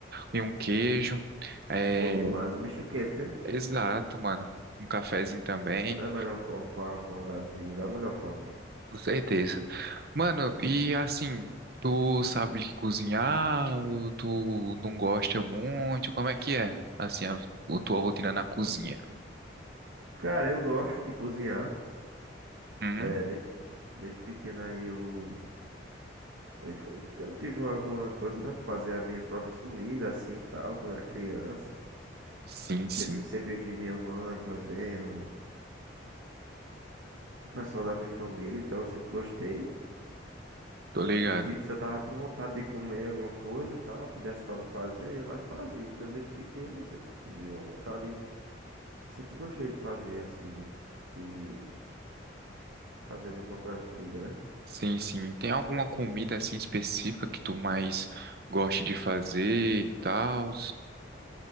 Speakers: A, on the right; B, on the right.
A: e um queijo, é,
B: Bom demais. O misto quente, né?
A: exato, mano, um cafezinho também,
B: Da melhor forma para acordar do dia, da melhor forma.
A: com certeza. Mano, e assim, tu sabe cozinhar ou tu não gosta muito? Como é que é, assim, a, a tua rotina na cozinha?
B: Cara, eu gosto de cozinhar.
A: Uhum.
B: É, desde, desde pequeno aí eu. aí foi- eu tive alguma coisa, né, pra fazer as minhas próprias comidas, assim e tal, quando era criança.
A: Sim, sim,
B: Sempre, sempre vi minha mãe fazendo, o pessoal da minha família, então eu sempre gostei.
A: tô ligado.
B: E tipo, se eu tava com vontade de comer alguma coisa e tal, que desse pra me fazer, eu ia lá e fazia. Então desde pequeno eu sempre tive uma vontade. Sempre gostei de fazer, assim, de, de fazer minha própria comida, né?
A: Sim, sim. Tem alguma comida, assim, específica que tu mais gosta de fazer e tal?